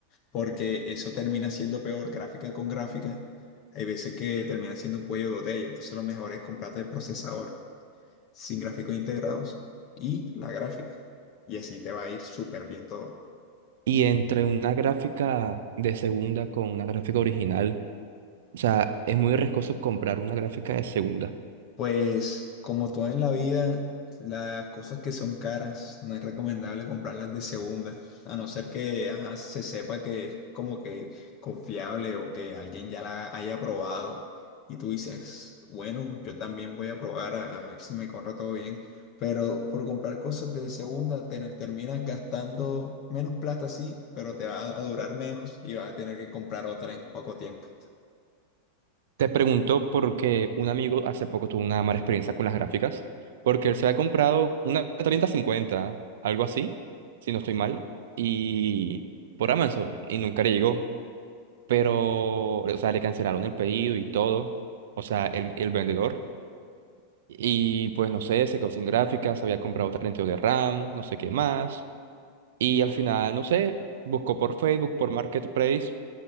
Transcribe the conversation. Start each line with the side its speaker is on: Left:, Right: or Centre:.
Left: porque eso termina siendo peor gráfica con gráfica. Hay veces que termina siendo un cuello de botella, entonces lo mejor es comprarte el procesador sin gráficos integrados y la gráfica. Y así te va a ir súper bien todo.
Right: Y entre una gráfica de segunda con una gráfica original, o sea, es muy riesgoso comprar una gráfica de segunda.
Left: Pues como todo en la vida, las cosas que son caras no es recomendable comprarlas de segunda, a no ser que ajá, se sepa que es como que confiable o que alguien ya la haya probado y tú dices, bueno, yo también voy a probar a, a ver si me corre todo bien, pero por comprar cosas de segunda te- terminas gastando menos plata, sí, pero te va a a durar menos y vas a tener que comprar otra en poco tiempo.
Right: Te pregunto porque un amigo hace poco tuvo una mala experiencia con las gráficas, porque él se había comprado una 3050, algo así, si no estoy mal, y por Amazon, y nunca le llegó, pero, o sea, le cancelaron el pedido y todo, o sea, el, el vendedor, y pues no sé, se quedó sin gráficas, había comprado 32 de RAM, no sé qué más, y al final, no sé, buscó por Facebook, por Marketplace,